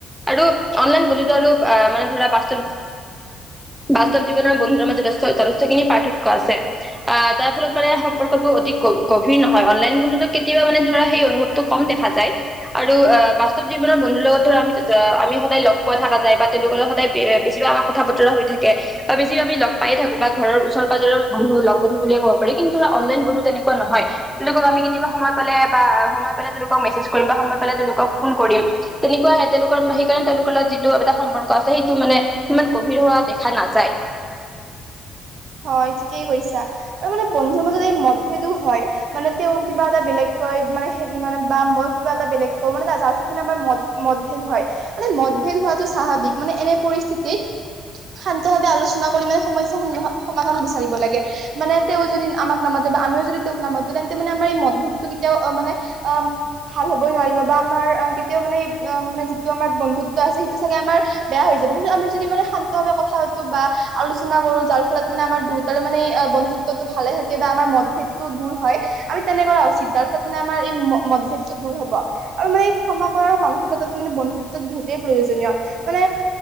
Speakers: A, in the centre; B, on the right.
A: আৰু অনলাইন বন্ধুত্ব হ'লেও আহ মানে ধৰা বাস্ত বাস্তৱ জীৱনৰ বন্ধুত্বৰ মাজত যথেষ্ট খিনি পাৰ্থক্য আছে। আহ তাৰ ফলত মানে সম্পৰ্কটো অধিক গভীৰ নহয় অনলাইন বন্ধুত কেতিয়াবা মানে ধৰা সেই অনুভ কম দেখা যায়। আৰু অ বাস্তৱ জীৱনৰ বন্ধুৰ লগত ধৰা আমি সদায় লগ পোৱা থকা যায় বা তেওঁলোকৰ লগত সদায় বেছিভাগ আমাৰ কথা বতৰা হৈ থাকে। বা বেছি আমি লগ পাই থাকো বা ঘৰ ওচৰ পাজৰ বন্ধু লগ বন্ধুু বুলিয়ে কব পাৰি কিন্তু অনলাইন বন্ধু তেনেকুৱা নহয়। তেওঁলোকক আমি কেতিয়াবা সময় পালে বা সময় পালে তেওঁলোকক মেছেজ কৰিম বা সময় পালে তেওঁলোকক ফোন কৰিম তেনেকুৱা আহে তেওঁলোকৰ সেইকাৰণে তেওঁলোক ত যিটো এটা সম্পৰ্ক আছে সেইটো মানে সিমান গভীৰ হোৱা দেখা নাযায়।
B: হয় ঠিকেই কৈছা ত মানে বন্ধুৰ মাজত এই মতভেদো হয়। মানে তেওঁ কিবা এটা বেলেগকৈ মানে- মানে বা মই কিবা এটা বেলেগ <unintelligible> ভেদ হয় মানে মতভেদ হোৱাটো স্বাভাৱিক মানে এনে পৰিস্থিতিত শান্ত ভাৱে আলোচনা কৰি মানে সমস্যা সম- সমাধান বিচাৰিব লাগে। মানে তেওঁ যদি আমাক নামাতে বা আমিও যদি তেওঁক নামাতো তেন্তে মানে আমাৰ এই মদ ভেদটো কেতিয়াও মানে অ' ভাল হবই নোৱাৰিব বা আমাৰ কেতিয়াও মানে মানে যিটো আমাৰ বন্ধুত্ব আছে সেইটো চাগে আমাৰ বেয়া হৈ যাব কিন্তু আমি যদি মানে শান্তভাৱে কথা পাতো বা আলোচনা কৰো যাৰ <unintelligible> মানে আমাৰ দুতাৰ মানে বন্ধুত্বটো ভালে <unintelligible> <unintelligible> আমাৰ মদভেদটো দূৰ হয়। আমি তেনে কৰা উচিত যাৰ ফলত মানে আমাৰ এই মদভেদটো দূৰ হব। আৰু মানে ক্ষমা কৰাৰ মানসিকতাটো মানে বন্ধুত্বত বহুতেই প্ৰয়োজনীয় মানে